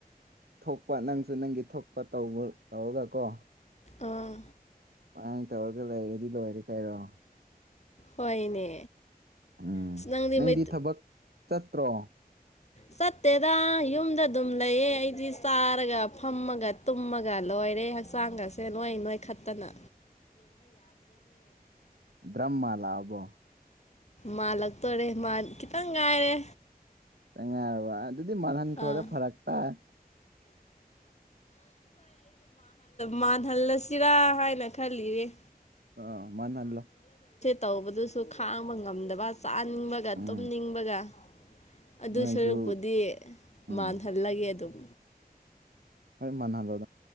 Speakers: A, on the right; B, on the left.
A: ꯊꯣꯛꯄ ꯅꯪꯁꯨ ꯅꯪꯒꯤ ꯊꯣꯛꯄ ꯇꯧꯔꯒ ꯀꯣ
B: ꯑꯥ
A: ꯅꯪ ꯇꯧꯔꯒ ꯂꯩꯔꯗꯤ ꯂꯣꯏꯔꯦ ꯀꯥꯏꯔꯣ
B: ꯍꯣꯏꯅꯦ
A: ꯎꯝ
B: ꯑꯁ
A: ꯅꯪꯗꯤ
B: ꯃꯩ
A: ꯊꯕꯛ ꯆꯠꯇ꯭ꯔꯣ
B: ꯆꯠꯇꯦꯗ ꯌꯨꯝꯗ ꯑꯗꯨꯝ ꯂꯩꯌꯦ ꯑꯩꯗꯤ ꯆꯥꯔꯒ ꯐꯝꯃꯒ ꯇꯨꯝꯃꯒ ꯂꯣꯏ ꯀꯔꯦ ꯍꯛꯆꯥꯡꯒꯁꯦ ꯅꯣꯏ ꯅꯣꯏ ꯈꯠꯇꯅ
A: ꯕ꯭ꯔꯝꯃꯂꯥ ꯑꯕꯣ
B: ꯃꯥꯜꯂꯛꯇꯣꯔꯦ ꯈꯤꯇꯪ ꯉꯥꯏꯔꯦ
A: ꯇꯦꯡꯉꯥꯏꯔꯔꯕ ꯑꯗꯨꯗꯤ ꯃꯅꯥꯍꯥꯟ ꯀ꯭ꯔꯣꯗ
B: ꯑꯥ
A: ꯐꯔꯥꯛ ꯇꯥꯏ
B: ꯃꯜꯍꯜꯂꯁꯤꯔꯥ ꯍꯥꯏꯅ ꯈꯜꯂꯤꯔꯦ
A: ꯑ ꯃꯅꯜꯂꯣ
B: ꯇꯧꯕꯗꯨꯁꯨ ꯈꯥꯡꯕ ꯉꯝꯗꯕ ꯆꯥꯅꯤꯡꯕꯒ
A: ꯎꯝ
B: ꯇꯨꯝꯅꯤꯡꯕꯒ ꯑꯗꯨ
A: ꯅꯣꯏꯁꯨ
B: ꯁꯔꯨꯛꯄꯨꯗꯤ
A: ꯎꯝ
B: ꯃꯥꯟꯍꯜꯂꯒꯦ ꯑꯗꯨꯝ
A: ꯍꯣꯏ ꯃꯅꯍꯂꯣꯣ